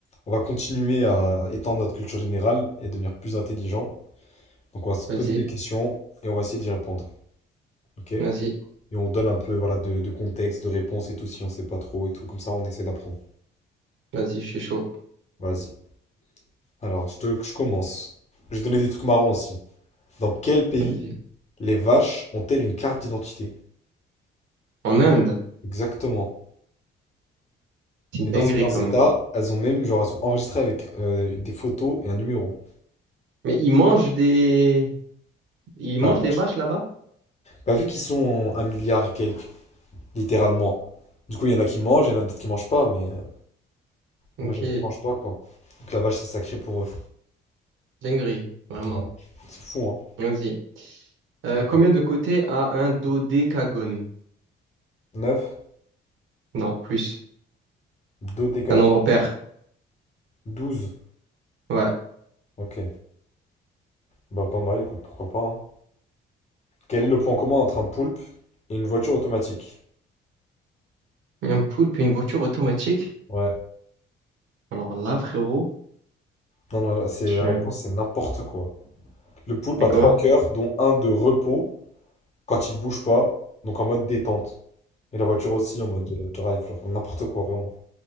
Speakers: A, on the left; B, on the right.
A: On va continuer à étendre notre culture générale et devenir plus intelligent. Donc, on va se poser
B: Vas-y,
A: des questions et on va essayer d'y répondre. OK? Et
B: vas-y,
A: on donne un peu voilà, de, de contexte, de réponse et tout si on sait pas trop et tout. Comme ça, on essaie d'apprendre.
B: vas-y, je suis chaud.
A: Vas-y. Alors, je te, je commence. Je vais donner des trucs marrants aussi. Dans quel pays
B: Vas-y.
A: les vaches ont-elles une carte d'identité?
B: En Inde,
A: Exactement.
B: c'est une
A: Et
B: dinguerie
A: dans certains
B: quand
A: États,
B: même.
A: elles ont même, genre, elles sont enregistrées avec euh, des photos et un numéro.
B: Mais ils mangent des... Ils mangent
A: La vache,
B: les vaches là-bas?
A: bah, vu qu'ils sont en un milliard et quelques littéralement. Du coup, il y en a qui mangent, il y en a d'autres qui mangent pas, mais euh,
B: Ok,
A: la majorité mange pas, quoi. Donc la vache, c'est sacré pour eux.
B: dinguerie, vraiment.
A: Ouais. C'est fou, hein.
B: Vas-y. Euh,
A: Un,
B: combien de côtés a un dodécagone?
A: neuf
B: Non, plus.
A: dodécadone,
B: C'est un nombre pair.
A: douze
B: Ouais.
A: Ok, bah pas mal, écoute, pourquoi pas. hein. Quel est le point commun entre un poulpe et une voiture automatique?
B: Un poulpe et une voiture automatique?
A: Ouais,
B: Alors là, frérot,
A: non, non, là, c'est
B: je...
A: la réponse, c'est n'importe quoi. Le poulpe
B: C'est
A: a
B: quoi?
A: trois cœurs, dont un de repos quand il bouge pas, donc en mode détente. Et la voiture aussi en mode euh, drive, genre n'importe quoi, vraiment.